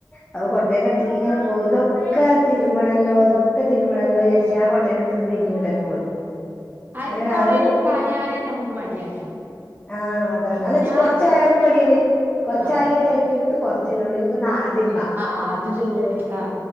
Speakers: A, on the left; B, on the right.
A: അപ്പൊ കൊട്ടേന്റെ
B: ആഹ്
A: അടുത്തേക്ക് ഇങ്ങനെ ഓ ഇതൊക്കെതിരുമണല്ലോ ഇതൊക്കെ തിരുമണല്ലോ വിചരിച്ചിച് ആ കോട്ടേനടുന്ന് പിന്നീങ്ങട്ടന്നെ പോരും
B: അ
A: അങ്ങനെ രാവിലെ
B: കൊറെ ഉണ്ടായാല ഞമ്മക്ക് മടിയാണ്
A: ആഹ അതാണ് അല്ല
B: ഞാൻ
A: കൊറച്ചായാലും മടിയാണ് കൊറച്ചായ
B: ആഹ്
A: വിചാരിക്കും ത്കൊറച്ചല്ലേ ഉള്ളൂ നിപ്പ നാളെ തിരുമ്പാ
B: ആ അതും ശര്യാണ് ആ.